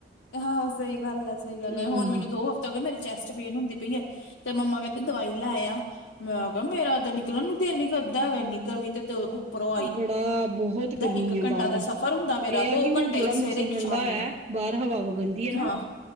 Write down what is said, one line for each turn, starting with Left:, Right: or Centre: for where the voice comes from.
Left: ਆਹਾ ਸਈ ਗੱਲ ਐ ਸਈ ਗੱਲ
Right: ਹਮ
Left: ਐ ਹੁਣ ਮੈਨੂੰ ਦੋ ਹਫ਼ਤੇ ਹੋਗੇ ਮੇਰੀ ਚੈਸਟ ਪੇਨ ਹੁੰਦੀ ਪਈ ਐ। ਤੇ ਮੰਮਾ ਕੈਂਦੇ ਦਵਾਈ ਲੈ ਆ। ਮੈਂ ਕਿਆ ਮੇਰਾ ਤੇ ਨਿਕਲਣ ਨੂੰ ਦਿਲ ਨੀ ਕਰਦਾ ਹੈਗ ਇੰਨੀ ਗਰਮੀ ਤੇ ਉੱਪਰੋਂ ਆਈ
Right: ਬੜਾ ਬੋਹ ਤ
Left: ਦਾ
Right: ਗਰਮੀ
Left: ਇੱਕ
Right: ਆ
Left: ਘੰਟਾ
Right: ਬਾਰ
Left: ਦਾ ਸਫ਼ਰ ਹੁੰਦਾ ਮੇਰਾ
Right: ਏ ਆ
Left: ਦੋ
Right: ਕੀ ਹੁਣ
Left: ਘੰਟੇ
Right: ਥੋੜਾ
Left: ਇੱਕ ਸਵੇਰੇ
Right: ਮੌਸਮ
Left: ਇੱਕ
Right: ਠੰਡਾ
Left: ਸ਼ਾਮੀ
Right: ਹੋਇਐ ਬਾਰ ਹਵਾ ਵਗਨਦੀ ਐ ਨਾ
Left: ਹਾਂ